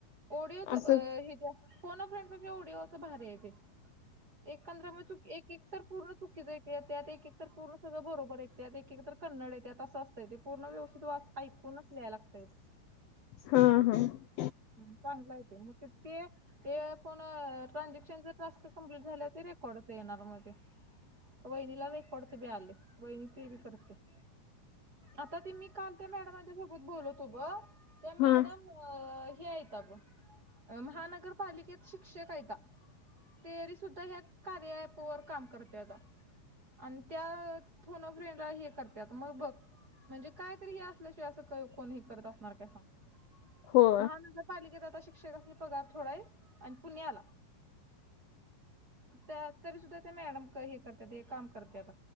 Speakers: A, on the right; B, on the left.
A: ओडिओच हच्या
B: असं
A: फोन अ फ्रेंड पेक्षा ओडिओचं भारी हाय ते एकांद्र मं एक एक तर पूर्ण चुकीचं येत्यात एक एक तर पूर्ण सगळं बरोबर य एक एक कन्नड येतात असं असतं ते पूर्ण व्यवस्थित ऐकूनच लिहायला लागतय.
B: हा हा-
A: हम् चांगलय कि मग ते ते पण ट्रानझॅक्शनचा टास्क कंमप्लीट झाला ते रेकॉर्डच येणार मग ते वहिणीला रेकॉर्डचं बी आले वहिणी ते बी करतेया. आता ते मी काल त्या मॅडमाच्या सोबत बोलवतो बघ त्या मॅडम
B: हा
A: हे आहेता बघ. महानगरपालिकेत शिक्षक हायता. तेरी सुद्धा ह्या कार्या ॲप वर काम करत्याता आणं त्या फोन अ फ्रेंड हे करत्यात मग बघ म्हणजे कायतरी हे असल्याशिवाय अस कोणी करत असणार काय सांग
B: हो
A: मग झ पालिकेत आता शिक्षक असले पगार थोडाय? आणि पुण्याला तरी सुद्धा त्या मॅडम हे करत्याता काम करत्याता